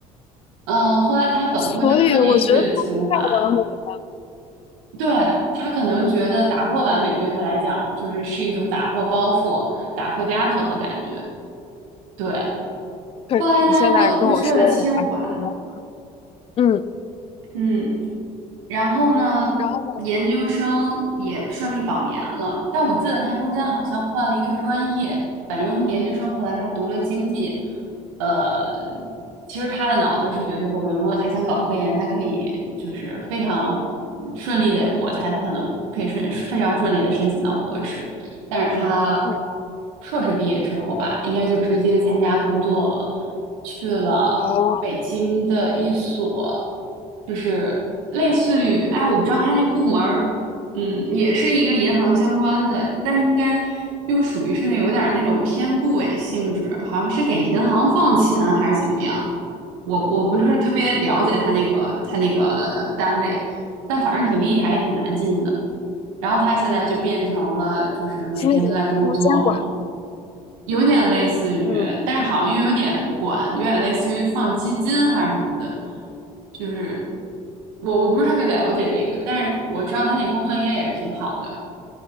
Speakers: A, on the right (about 85°); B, on the left (about 35°).
A: 嗯，后来他本科就顺利去了清华。
B: 所以我觉得太完美了。
A: 对，他可能觉得打破完美对他来讲，
B: 嗯，
A: 就是是一种打破包袱、打破枷锁的感觉。对，
B: 可是你现在跟我说我还是觉得，
A: 后来他本科去了清华。
B: 嗯，
A: 嗯。然后呢，
B: 然后呢？
A: 研究生也顺利保研了，但我记得他中间好像换了一个专业，反正研究生后来他读了经济，呃，其实他的脑子是绝对够用，如果他想搞科研，他可以就是非常顺利的，我猜他可能可以顺非常顺利的申请到博士。但是他
B: 嗯，
A: 硕士毕业之后吧，应该就直接参加工作了，去了北京的一所，
B: 哦，
A: 就是类似于，哎，我不知道他那部门儿，嗯，也是一个银行相关的，但应该又属于是那有点儿那种偏部委性质，好像是给银行放钱还是怎么样，我我不是特别了解他那个他那个单位，但反正挺厉害，也挺难进的。然后他现在就变成了就是每天都在工作嘛，
B: 是那种不能监管。
A: 有点类似于，
B: 嗯
A: 但是好像又有点管，有点类似于放基金还是什么的，就是我我不是特别了解这个，但是我知道他那工作应该也是挺好的，